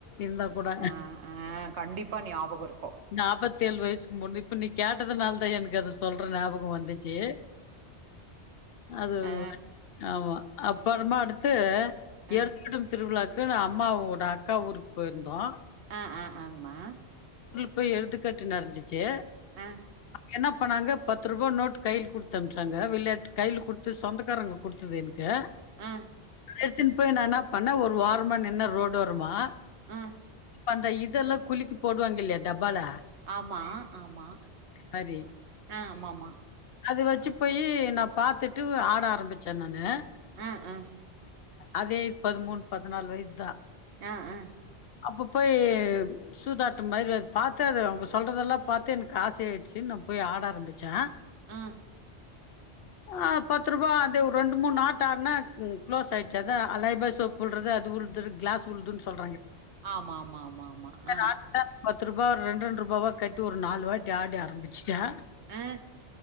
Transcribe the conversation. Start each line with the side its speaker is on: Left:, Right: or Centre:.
Left: இன்னோ கூட
Right: ஆ ஆ கண்டிப்பா ஞாபகோ இருக்கு
Left: நாப்பத்தி ஏழு வயசுக்கு முன்னு இப்ப நீ கேட்ட அதுனால தா எனக்கு அது சொல் ட்ற ஞாபகோ வந்துச்சு அது
Right: ஆ
Left: ஆமா அப்பறமா அடுத்து
Right: ஆ
Left: ஏருக்கட்டு திருவிழாக்கு அம்மாவோட அக்கா ஊருக்கு போயிருந்தோ
Right: அ அ ஆங்மா
Left: போய் எழுந்துக்காட்டு நடந்து ச்சே
Right: ஆ
Left: என்னப் அப்போன நாங்க பத்து ரூபா நோட்டு் கையில் கொடுத்த அனுப்பச்சாங்க விளையாட்டு கையில் கொடுத்து சொந்தக்காரங்க கொடுத்தது என்க்கு
Right: அ
Left: எடுத்துன் போய் நனாப் அண்ணா ஒரு ஓரமா நின்னு ரோடு ஓரமா
Right: ஹம்
Left: அந்த இதெல்லா குலிக்கி போடுவாங்க இல்லையா டப்பால
Right: ஆமா ஆமா
Left: மாரி.
Right: ஆ ஆமாம
Left: அது வச்சு போய் நா பாத்துட்டு ஆட ஆரம்பிச்சே நானு
Right: ம் ம்
Left: அதே பதிமூணு பதினாலு வயசு தா
Right: அ அ
Left: அப்பப்ப போய் சூதாட்ட மாதிரிது பாத்த அது அவங்க சொல்றதெல்லா பாத்தே எனக்கு ஆச ஆய்டுச்சு நா போய் ஆட ஆரம்பிச்சே
Right: ம்
Left: ஆ பத்து ரூபாய் அது ரெண்டு மூணு ஆட்ட ஆடுன்னே க்ளோஸ் ஆயிடுச்சு அதா அலைபாய் சோப் விழுறது அது உழுது கிளாஸ் உழுதுன்னு சொல்ற
Right: ஆமா ஆமா ஆமா ஆமா ஆ
Left: ஆட்ட பத்து ரூபா ரென்ரண்டரண்டு ரூபாவா கட் டு ஒரு நாலு வாட்டி ஆடி ஆரம்பிச்சுட்டா
Right: ஆ